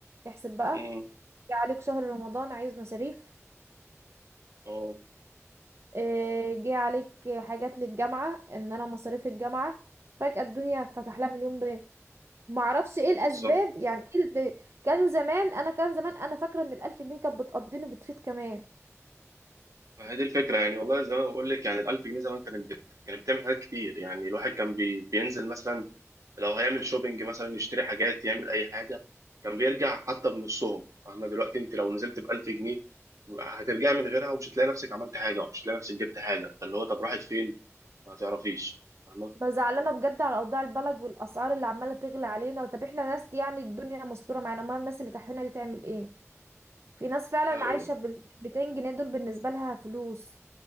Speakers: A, on the right (about 55°); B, on the right (about 80°).
A: احسب بقى
B: امم
A: جه عليك شهر رمضان عايز مصاريف
B: اه
A: آه، جه عليك حاجات للجامعة ان انا مصاريف الجامعة فجأة الدنيا فتح لها مليون باب معرفش ايه الاسباب
B: بالظبط
A: يعني إيه ال- كانوا زمان انا كان زمان انا فاكرة ان الالف جنيه كانت بتقضيني بتفيض كمان
B: ما هي دي الفكره يعني والله زي ما بقول لك يعني ال 1000 جنيه زمان كانت بت... كانت بتعمل حاجات كتير يعني الواحد كان بي... بينزل مثلا لو هيعمل شوبينج مثلا يشتري حاجات يعمل اي حاجه كان بيرجع حتى بنصهم اما دلوقتي انت لو نزلت ب 1000 جنيه هترجع من غيرها ومش هتلاقي نفسك عملت حاجه ومش هتلاقي نفسك جبت حاجه فاللي هو طب راحت فين ما تعرفيش فاهمه
A: زعلانه بجد على اوضاع البلد والاسعار اللي عماله تغلى علينا طب احنا ناس يعني الدنيا مستوره معانا امال الناس اللي تحتنا دي تعمل ايه في ناس فعلا
B: اه
A: عايشه
B: والله
A: بال 200 جنيه دول بالنسبه لها فلوس